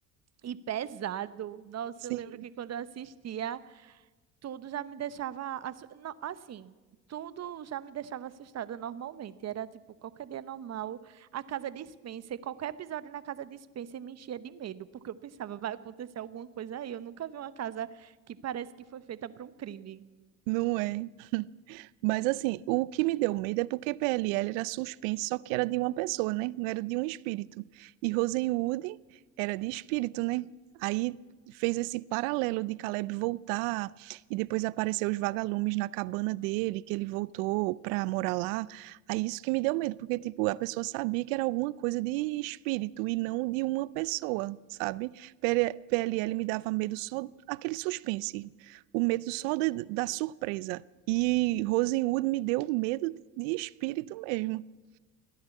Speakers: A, on the right (about 40°); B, on the right (about 80°).
A: E pesado. Nossa,
B: sim,
A: eu lembro que quando eu assistia, tudo já me deixava. assu- no- Assim, tudo já me deixava assustada normalmente. Era tipo, qualquer dia normal, a casa de Spencer, qualquer episódio na casa de Spencer me enchia de medo, porque eu pensava, vai acontecer alguma coisa aí. Eu nunca vi uma casa que parece que foi feita para um crime.
B: não é. Mas assim, o que me deu medo é porque PLL era suspense, só que era de uma pessoa, né? Não era de um espírito. E Rosenwood era de espírito, né? Aí fez esse paralelo de Caleb voltar e depois apareceu os vagalumes na cabana dele, que ele voltou para morar lá. Aí isso que me deu medo, porque tipo, a pessoa sabia que era alguma coisa de espírito e não de uma pessoa, sabe? PL- PLL me dava medo só aquele suspense, o medo só de- da surpresa. E Rosenwood me deu medo de espírito mesmo. <laughs>